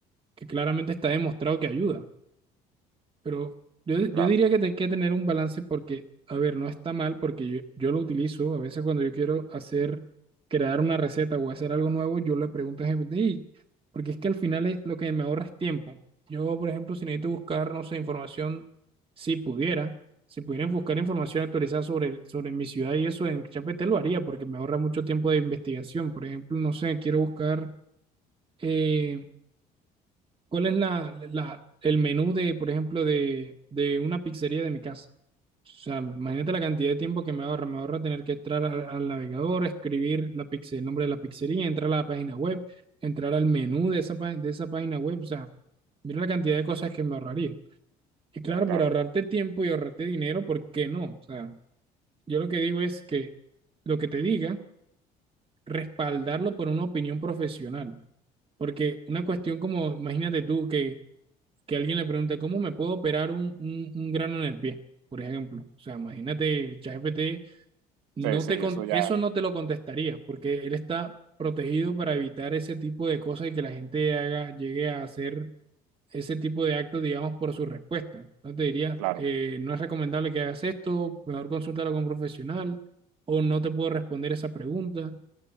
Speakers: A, on the right; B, on the right.
A: que claramente está demostrado que ayuda. Pero yo, yo
B: Claro,
A: diría que te- hay que tener un balance porque, a ver, no está mal porque yo, yo lo utilizo. A veces cuando yo quiero hacer, crear una receta o hacer algo nuevo, yo le pregunto a GPT, "Ey", porque es que al final es- lo que me ahorra es tiempo. Yo, por ejemplo, si necesito buscar, no sé, información, si pudiera, si pudieran buscar información actualizada sobre, el- sobre mi ciudad y eso en ChatGPT lo haría porque me ahorra mucho tiempo de investigación. Por ejemplo, no sé, quiero buscar eh, ¿Cuál es la, la- el menú de, por ejemplo, de, de una pizzería de mi casa? O sea, imagínate la cantidad de tiempo que me ahorra. Me ahorra tener que entrar al, al navegador, escribir la pizze- el nombre de la pizzería, entrar a la página web, entrar al menú de esa, pa- de esa página web. O sea, mira la cantidad de cosas que me ahorraría. Y claro,
B: claro.
A: por ahorrarte tiempo y ahorrarte dinero, ¿por qué no? O sea, yo lo que digo es que lo que te diga, respaldarlo por una opinión profesional. Porque una cuestión como, imagínate tú que que alguien le pregunte, ¿cómo me puedo operar un, un- un grano en el pie? Por ejemplo, o sea, imagínate, ChatGPT, no
B: Sí, sí,
A: te
B: eso
A: con-
B: ya,
A: eso no te lo contestaría, porque él está protegido para evitar ese tipo de cosas y que la gente haga, llegue a hacer ese tipo de actos, digamos, por su respuesta. Entonces te diría,
B: claro,
A: eh, no es recomendable que hagas esto, mejor consúltalo con un profesional, o no te puedo responder esa pregunta.